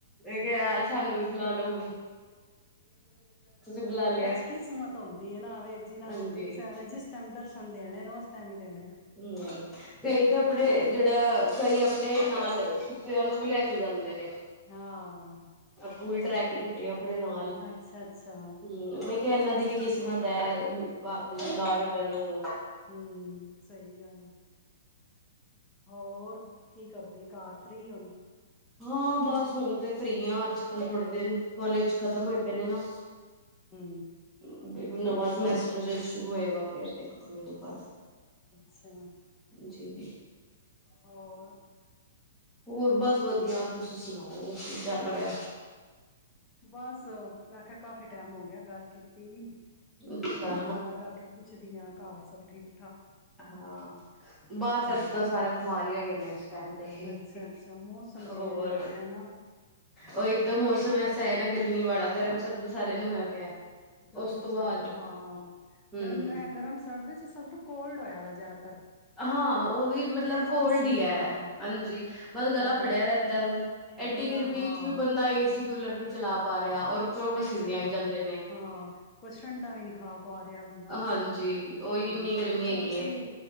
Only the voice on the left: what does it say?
ਕਛ ਕਿਸਮਤ ਆਉਂਦੀ ਹੈ ਨਾਵੇਗ ਜਿਨਾਂ
ਨੂੰ ਗੁਰੂ ਸਾਹਿਬ ਨੇ ਜਿਸ ਟਾਈਮ ਦਰਸ਼ਨ ਦੇਣੇ ਨੇ ਉਸ ਟਾਈਮ ਹੀ ਦੇਣੇ ਨੇ।
ਹਨਾ
ਹਾਂ
ਅੱਛਾ-ਅੱਛਾ
ਹਮ ਸਹੀ ਗੱਲ ਹੋਰ ਕੀ ਕਰਦੀ ਕਾਰ ਫ੍ਰਰੀ ਉਹਨੂੰ
ਹੂੰ
ਅੱਛਾ
ਹੋਰ
ਬਸ ਮੈਂ ਕਾਫੀ ਟੈਮ ਹੋ ਗਿਆ ਗੱਲ ਕੀਤੀ ਨੀ
ਚਲੋ ਮੈਂ ਗੱਲ ਕਰਕੇ ਪੁੱਛਦੀ ਆਾਂ ਘਰ ਸਭ ਠੀਕ।
ਹੂੰ
ਅੱਛਾ ਅੱਛਾ ਮੌਸਮ
ਚੇਂਜ ਹੋ ਰਿਹਾ ਨਾ
ਗਰਮ
ਸਰਦ ਹਾਂ
ਗਰਮ ਗਰਮ ਸਰਦ ਚ ਸਭ ਨੂੰ ਕੋਲਡ ਹੋਇਆ ਵਾ ਜ਼ਿਆਦਾ।
ਖਾਂਸੀ
ਹਾਂ
ਹੋ
ਗਲਾ
ਹਾਂ
ਨਹੀਂ ਚਲਾ
ਪਾ ਰਿਹਾ
ਹਾਂ ਕੁਛ ਠੰਡਾ ਵੀ ਨਹੀਂ ਖਾ ਪਾ ਰਿਹਾ ਬੰਦਾ।
ਹੂੰ
ਸਾਡੀ
ਛੋਟੀ